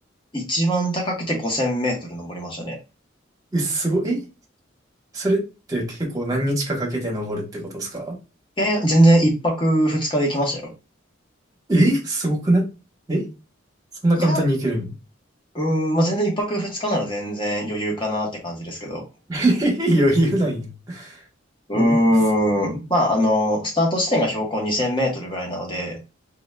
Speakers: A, on the left; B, on the right.
A: 一番高くて5000メートル登りましたね。
B: え、すごい、え、それって結構何日かかけて登るってことですか
A: いやいや、全然一泊二日で行きましたよ。
B: え、すごくないえ、そんな簡単に行けるん
A: いや、うん、まあ、全然一泊二日なら全然余裕かなって感じですけど。
B: <laughs> 余裕なんや。
A: うー
B: え、す
A: ん、まあ、あの、スタート地点が標高2000メートルぐらいなので、